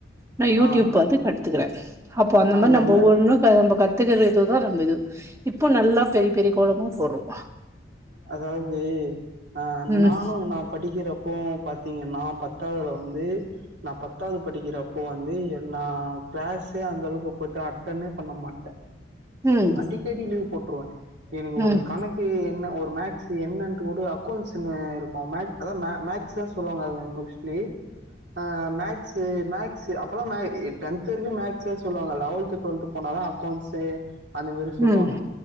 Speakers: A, on the right; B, on the right.
A: நான் யூ
B: ஆ
A: டியூப் பாத்து கத் கத்துக்குறேன் அப்போ அந்த
B: ஆ
A: மாதிரி
B: நல்ல
A: நம்ப ஒன்னும் க நம்ப கத் கத்துக்கறது தான் நல்லது இப்போ நல்லா பெரிய பெரிய கோலமா போடுறோம்
B: அதாவது அ
A: ம்
B: நானும் நான் படிக்கறப்போவும் பாத் திங்கன்னா பத்தாவதுல வந்து நா பத்தாவது படிக்கிறப்போ வந்து நா கிளாஸே அந்த அளவுக்கு போயிட்டு அட்டன்னே பண்ண மாட்டேன்
A: ம்
B: அடிக்கடி லீவு போட் குடுவேன் எனக்கு
A: ம்
B: ஒரு கணக்கு என்னா ஒரு மேக்ஸ் என்னன்ட்டு கூட அக்கௌண்ட்ஸ்ல இருக்கோம் மேக் அதாவது மேக்ஸ் சொல்வாங்க அது மோஸ்ட்லி ஆ மேக்ஸு மேக்ஸு அப்பல்லா மே டென்த்து வரைக்கு மேக்ஸ்தா சொல்வாங்க லெவல்த்து டுவெல்த்து போனாதா அக்கௌன்சு அந்த மாரி சொல்லுவாங்க
A: ம்